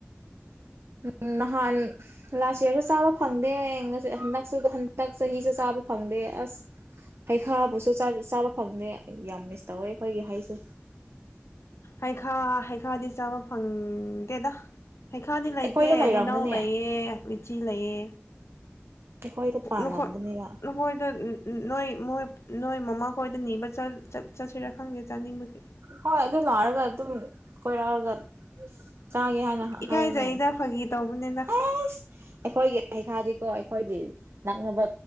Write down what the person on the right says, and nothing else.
ꯎꯝ ꯅꯍꯥꯟ ꯂꯥꯁ ꯌ꯭ꯔꯁꯨ ꯆꯥꯕ ꯐꯪꯗꯦ ꯍꯟꯗꯛꯁꯨ ꯍꯟꯗꯛ ꯆꯍꯤꯁꯨ ꯆꯥꯕ ꯐꯪꯗꯦ ꯑꯁ ꯍꯩꯈꯥꯕꯨꯁꯨ ꯆꯥꯕ ꯐꯪꯗꯦ ꯌꯥꯝ ꯃꯤꯁ ꯇꯧꯋꯦ ꯑꯩꯈꯣꯏꯒꯤ ꯍꯩꯁꯦ꯫
ꯑꯩꯈꯣꯏꯗ ꯂꯩꯔꯝꯒꯅꯦ
ꯑꯩꯈꯣꯏꯗ ꯄꯥꯜꯂꯝꯕꯅꯦꯕ
ꯍꯣꯏ ꯑꯗꯨ ꯂꯥꯛꯑꯒ ꯑꯗꯨꯝ ꯀꯣꯏꯔꯛꯑꯒ꯫ ꯆꯥꯒꯦ ꯍꯥꯏꯅ
ꯍꯥꯏꯌꯨꯅꯦ
ꯑꯦꯁ ꯑꯩꯈꯣꯏꯒꯤ ꯍꯩꯈꯥꯗꯤꯀꯣ꯫ ꯑꯩꯈꯣꯏꯒꯤ ꯅꯛꯅꯕ